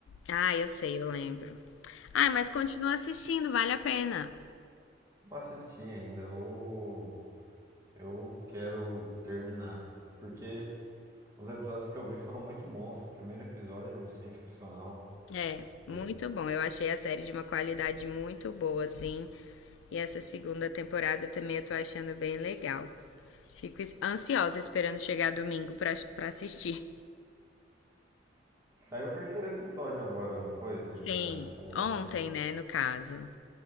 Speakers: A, on the left; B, on the right.
A: Ah, eu sei, eu lembro. Ah, mas continua assistindo, vale a pena.
B: Vou assistir ainda, eu, eu quero terminar, porque os episódios que eu vi foram muito bons. O primeiro episódio sensacional.
A: É,
B: O
A: muito
B: ep-
A: bom. Eu achei a série de uma qualidade muito boa, assim. E essa segunda temporada também eu tô achando bem legal. Fico es- ansiosa esperando chegar domingo pra, pra assistir.
B: Saiu o terceiro episódio agora, não foi?
A: <laughs>
B: Nessa,
A: Sim,
B: ontem.
A: ontem, né, no caso.